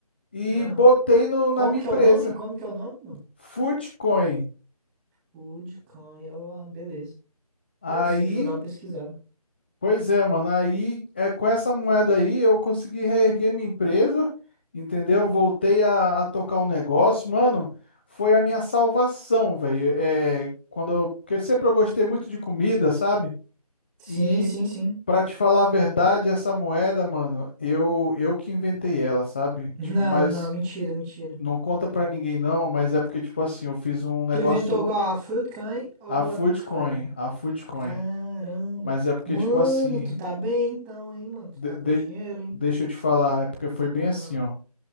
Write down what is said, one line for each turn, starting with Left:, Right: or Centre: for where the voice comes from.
Left: e
Centre: Ah,
Left: botei no, na
Centre: como
Left: minha
Centre: que
Left: empresa,
Centre: é o nome? Como que é o nome, mano?
Left: Footcoin.
Centre: Bitcoin, ó, beleza. Interessante,
Left: Aí,
Centre: vou dar uma pesquisada.
Left: pois é, mano, aí é com essa moeda aí eu consegui reerguer minha empresa, entendeu? Voltei a, a tocar o negócio, mano, foi a minha salvação, velho. É, quando eu, porque sempre eu gostei muito de comida, sabe?
Centre: Sim,
Left: E
Centre: sim, sim.
Left: Pra te falar a verdade, essa moeda, mano, eu eu que inventei ela, sabe?
Centre: <laughs> Não,
Left: Tipo, mas
Centre: não, mentira, mentira.
Left: não conta pra ninguém não, mas é porque tipo assim, eu fiz um negócio
Centre: Tu inventou qual? A Foodcoin ou
Left: A Foodcoin,
Centre: a Bitcoin?
Left: a Foodcoin.
Centre: Caramba.
Left: Mas é porque,
Centre: Mano,
Left: tipo assim,
Centre: tu tá bem então, hein, mano? Tu
Left: de-
Centre: tá com
Left: de-
Centre: dinheiro, hein?
Left: deixa eu te falar, é porque foi bem
Centre: Ah,
Left: assim, ó.